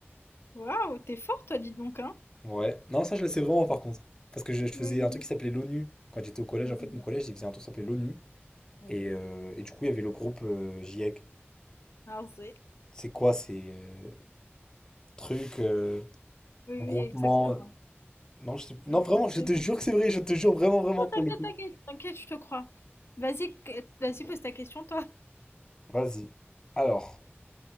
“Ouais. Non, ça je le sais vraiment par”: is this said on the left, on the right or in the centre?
Left